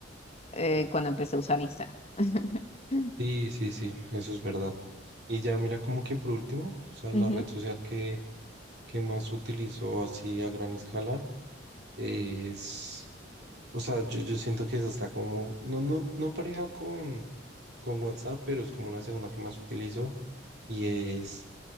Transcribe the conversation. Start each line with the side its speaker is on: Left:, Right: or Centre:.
Left: eh, cuando empecé a usar Instagram. <laughs>
Right: Sí, sí, sí, eso es verdad. Y ya mira como que por último, o sea,
Left: Ujú.
Right: la red social que, que más utilizo así a gran escala es, o sea, yo, yo siento que es hasta como, no, no, no pareja con, con WhatsApp, pero es como la segunda que más utilizo Y es,